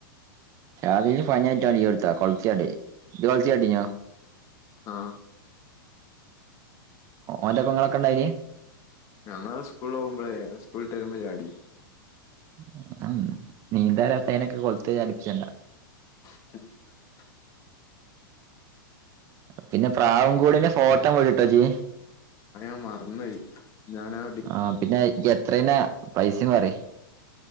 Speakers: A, on the right (about 25°); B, on the left (about 25°).
A: ഷാദില്ന് പനി ആയിട്ടൊൻ ലീവ്ഇട്ത്ത കൊൾത്തിച്ചാടി ഇജ് കൊളത്തി ചാടിനോ
B: ആ
A: ഓന്റെപ്പങ്ങളൊക്കെണ്ടയ്നി
B: അങ്ങള് സ്കൂളോവ്മ്പഴെ സ്കൂൾട്ടെരുമ്പ ചാടി.
A: അ അന്ന് നീന്താറിയാത്തെയ്നൊക്കെ കൊള്ത്ത് ചാടിപ്പിച്ചണ്ട.
B: <unintelligible>
A: പിന്നെ പ്രാവും കൂടിന്റെ ഫോട്ടം വിട് ട്ടോജ്.
B: അത്‌ഞ മറന്നോയി ഞാനാ
A: ആഹ് പിന്നെയ് യെത്രേയ്ന പൈസിം പറി